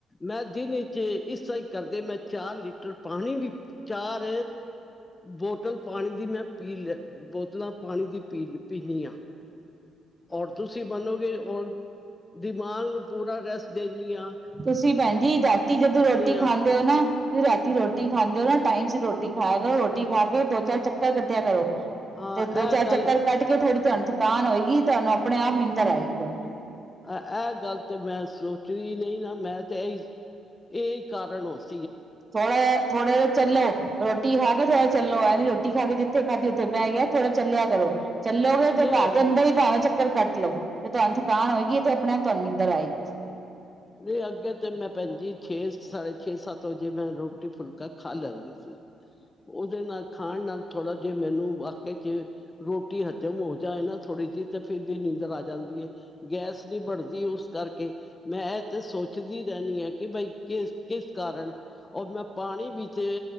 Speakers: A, on the left (about 25°); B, on the right (about 30°).
A: ਮੈਂ ਦਿਨ ਵਿਚ ਇਸ ਤਰਾ ਈ ਕਰਦੇ ਮੈਂ ਚਾਰ ਲੀਟਰ ਪਾਣੀ ਵੀ ਚਾਰ ਬੋਤਲ ਪਾਣੀ ਦੀ ਮੈਂ ਪੀ ਲੈ ਬੋਤਲਾਂ ਪਾਣੀ ਦੀ ਪੀ ਪੀਂਦੀ ਆਂ। ਔਰ ਤੁਸੀਂ ਮੰਨੋਗੇ ਔਰ ਦਿਮਾਗ ਨੂੰ ਪੂਰਾ ਰੈਸਟ ਦੇਨੀ ਆ।
B: ਤੁਸੀਂ ਭੈਣ ਜੀ ਰਾਤੀ ਜਦੋਂ ਰੋਟੀ
A: ਹਾਂ
B: ਖਾਂਦੇ ਹੋ ਨਾ ਤੁਸੀਂ ਰਾਤੀ ਰੋਟੀ ਖਾਂਦੇ ਓ ਨਾ ਟਾਈਮ ਸਿਰ ਰੋਟੀ ਖਾਇਆ ਕਰੋ ਰੋਟੀ ਖਾ ਕੇ ਦੋ ਚਾਰ ਚੱਕਰ ਕੱਟੇਆ ਕਰੋ।
A: ਹਾਂ
B: ਤੇ ਦੋ
A: ਇਹ
B: ਚਾਰ
A: ਗੱਲ
B: ਚੱਕਰ ਕੱਟ ਕੇ ਥੋੜ੍ਹੀ ਤੁਹਾਨੂੰ ਥਕਾਨ ਹੋਏਗੀ ਤੁਹਾਨੂੰ ਆਪਣੇ ਆਪ ਨੀਂਦਰ ਆਏਗੀ ਫੇਰ।
A: ਇਹ ਗੱਲ ਤੇ ਮੈਂ ਸੋਚਦੀ ਨਈ ਨਾ ਮੈਂ ਤੇ ਇਹੀ ਇਹ ਹੀ ਕਾਰਨ ਹੋ ਸ
B: ਥੋੜ੍ਹਾ, ਥੋੜ੍ਹਾ ਜ ਚੱਲੋ। ਰੋਟੀ ਖਾ ਕੇ ਥੋੜ੍ਹਾ ਚੱਲੋ ਐ ਨੀ ਰੋਟੀ ਖਾ ਕੇ ਜਿੱਥੇ ਖਾਧੀ ਉੱਥੇ ਬੈ ਗਿਆ ਥੋੜ੍ਹਾ ਚੱਲਿਆ ਕਰੋ। ਚੱਲੋਗੇ
A: ਨਹੀਂ
B: ਤੇ ਘਰ ਦੇ ਅੰਦਰ ਹੀ ਭਾਵੇਂ ਚ ਚੱਕਰ ਕੱਟ ਲੋ। ਤੇ ਤੁਹਾਨੂੰ ਥਕਾਨ ਹੋਏਗੀ ਤੇ ਆਪਨੇ ਆਪ ਤੁਹਾਨੂੰ ਨੀਂਦਰ ਆਏਗੀ।
A: ਨਈ ਅੱਗੇ ਤੇ ਮੈਂ ਭੈਣ ਜੀ ਛੇ ਸਾਢੇ ਛੇ, ਸੱਤ ਵਜੇ ਮੈਂ ਰੋਟੀ ਫੁਲਕਾ ਖਾ ਲੈਂਦੀ ਸੀ। ਉਹਦੇ ਨਾਲ ਖਾਨ ਨਾਲ ਥੋੜ੍ਹਾ ਜਿ ਮੈਨੂੰ ਵਾਕਿਆ ਚ ਰੋਟੀ ਹਜ਼ਮ ਹੋ ਜਾਏ ਨਾ ਥੋੜ੍ਹੀ ਜਿਹੀ ਤਾਂ ਫਿਰ ਦੀ ਨੀਂਦਰ ਆ ਜਾਂਦੀ ਏ। ਗੈਸ ਨੀ ਬਨਦੀ ਉਸ ਕਰਕੇ। ਮੈਂ ਤੇ ਸੋਚਦੀ ਰਹਿੰਦੀ ਅ ਕਿ ਬਈ ਕਿਸ, ਕਿਸ ਕਾਰਨ ਔਰ ਮੈਂ ਪਾਨੀ ਵਿੱਚ